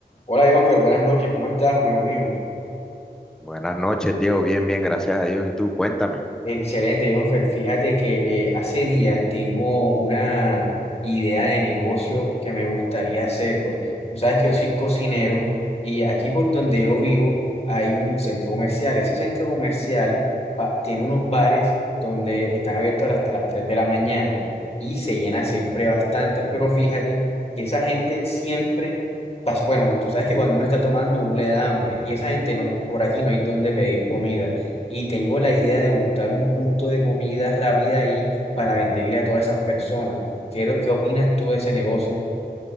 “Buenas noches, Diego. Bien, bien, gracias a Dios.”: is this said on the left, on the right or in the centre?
Centre